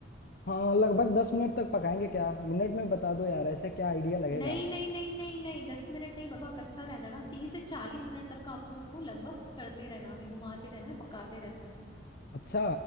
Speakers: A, on the left; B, on the left.
A: हाँ लगभग दस मिनट तक पकाएंगे क्या मिनट में बता दो यार ऐसे क्या आइडिया लगेगा
B: नहीं नहीं नहीं नहीं नहीं दस मिनट नहीं बाबा कच्चा रह जाएगा तीस से चालीस मिनट तक का आपको उसको लगभग करते रहना है घुमाते रहना है पकाते रहना है
A: अच्छा